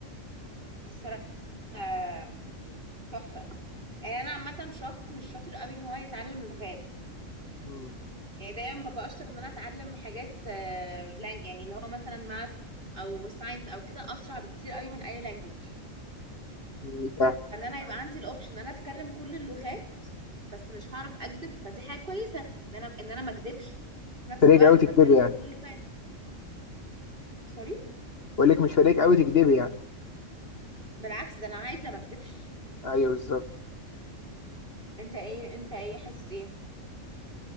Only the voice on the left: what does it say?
مم.
مم، فاهم.
مش
فارق
قوي تكدبي
يعني
بقول لك مش فارق قوي تكدبي يعني
ايوه بالظبط